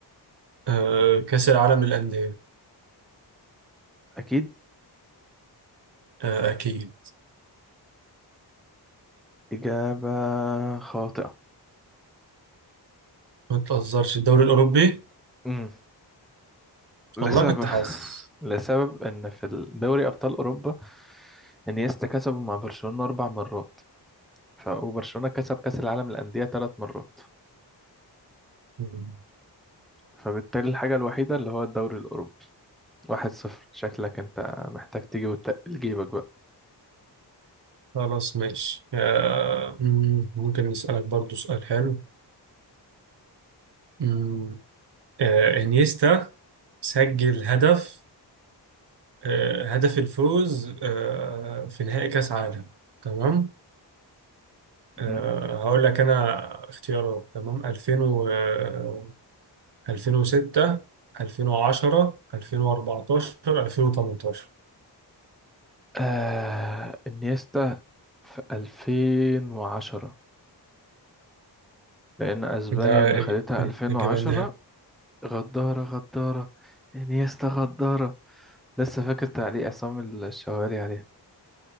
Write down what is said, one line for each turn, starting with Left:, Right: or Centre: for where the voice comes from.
Right: آه، كأس العالم للأندية
Centre: أكيد
Right: آه، أكيد
Centre: إجابة خاطئة
Right: ما تهزرش الدوري الأوروبي
Centre: مم. لسبب
Right: والله كنت حاسس
Centre: <laughs> لسبب إن في دوري أبطال أوروبا إنيستا كسبوا مع برشلونة أربع مرات ف وبرشلونة كسب كأس العالم للأندية ثلاث مرات
Right: مم.
Centre: فبالتالي الحاجة الوحيدة اللي هو الدوري الأوروبي واحد صفر شكلك أنت محتاج تيجي وتقل جيبك بقى
Right: خلاص ماشي آه، مم، ممكن نسألك برضو سؤال حلو مم. آه، إنيستا سجل هدف آه، هدف الفوز آه، في نهائي كأس عالم تمام آه،
Centre: مم.
Right: هقول لك انا اختيارات تمام 2000 و آه، 2006 2010 2014 2018
Centre: آه انيستا في 2010 لأن أسبانيا
Right: ده
Centre: اللي
Right: الإج-
Centre: خدتها 2010
Right: الإجابة النهائية
Centre: غدارة غدارة انيستا غدارة لسه فاكر تعليق عصام الشوالي عليها